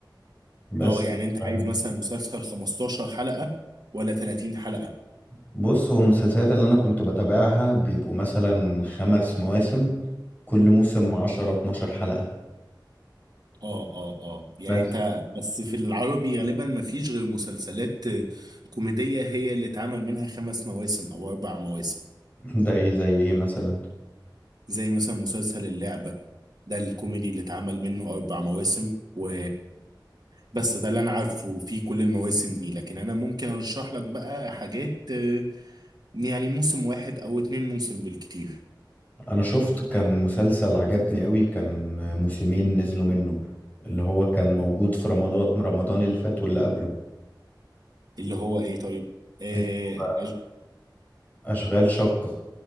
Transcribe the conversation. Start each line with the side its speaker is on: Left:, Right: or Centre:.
Left: بس
Right: اه يعني انت
Left: آه،
Right: عايز مثلا مسلسل 15 حلقة ولا 30 حلقة
Left: بص هو المسلسلات اللي انا كنت بتابعها بيبقوا مثلا خمس مواسم كل موسم عشرة اتناشر حلقة
Right: اه اه اه يعني
Left: بس
Right: انت بس في العربي غالبا ما فيش غير مسلسلات كوميدية هي اللي اتعمل منها خمس مواسم او اربع مواسم
Left: ده ايه زي ايه مثلا
Right: زي مثلا مسلسل اللعبة ده الكوميدي اللي اتعمل منه اربع مواسم و بس ده اللي انا عارفه في كل المواسم دي لكن انا ممكن ارشح لك بقى حاجات آه، يعني موسم واحد او اتنين موسم بالكتير
Left: انا شفت كان مسلسل عجبني قوي كان موسمين نزلوا منه اللي هو كان موجود في رمضان رمضان اللي فات واللي قبله
Right: اللي هو ايه طيب آه
Left: اللي هو اشغال شقة